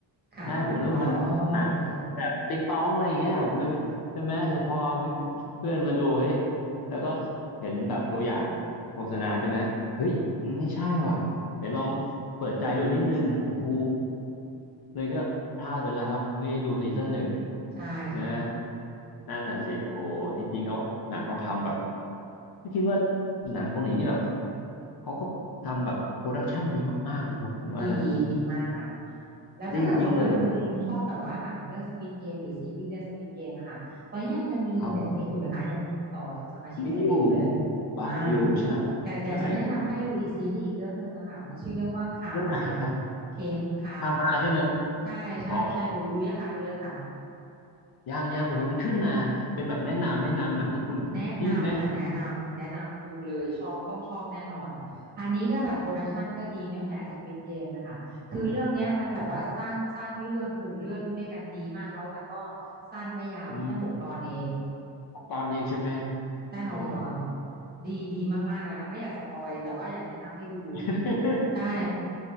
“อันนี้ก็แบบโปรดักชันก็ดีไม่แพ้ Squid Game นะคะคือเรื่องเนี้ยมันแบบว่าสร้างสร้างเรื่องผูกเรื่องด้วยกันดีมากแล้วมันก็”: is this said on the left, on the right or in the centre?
Right